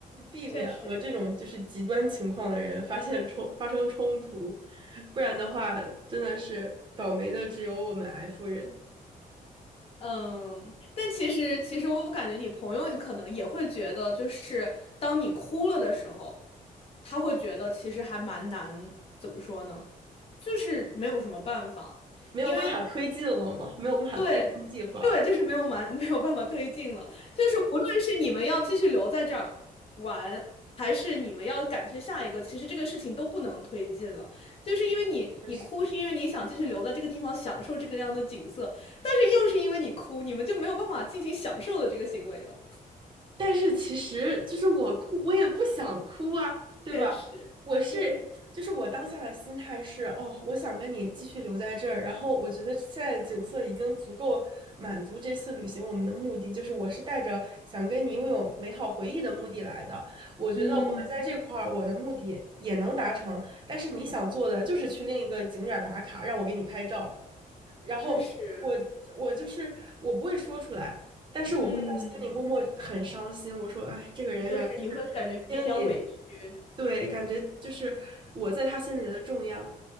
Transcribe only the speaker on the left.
确实。
嗯，但其实其实我感觉你朋友可能也会觉得，就是当你哭了的时候，他会觉得其实还蛮难，怎么说呢？就是没有什么办法，
因为
对，对，就是没有蛮 <laughs> 没有办法推进了。就是无论是你们要继续留在这儿玩，还是你们要赶去下一个，其实这个事情都不能推进了。就是因为你你哭，
是因为你想继续留在这个地方享受这个样的景色，但是又是因为你哭，你们就没有办法进行享受的这个行为了。
确实，
嗯
嗯，
确实，
嗯，
确实你会感觉比较委屈，